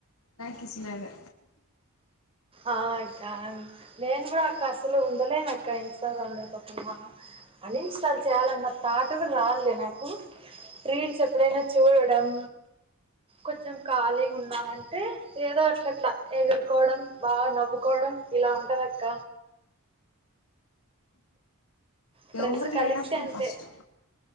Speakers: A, on the left (about 75°); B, on the right (about 25°).
A: నాకు ఇచ్చినాడు
B: ఆ అక్క నేను కూడా అక్క అసలు ఉండలేనక్క ఇంస్టాగ్రామ్ లేకోకుండా అన్ ఇన్స్టాల్ చేయాలన్న థాట్ కూడా రాదులే నాకు రీల్స్ ఎప్పుడైనా చూడడం కొంచెం ఖాళీగున్నామంటే ఏదో అట్లట్లా ఎగురుకోవడం బాగా నవ్వుకోవడం ఇలా ఉంటదక్క ఫ్రెండ్స్
A: ఎవరు
B: కలిస్తే
A: లేనప్పుడు
B: అంతే
A: ఫస్ట్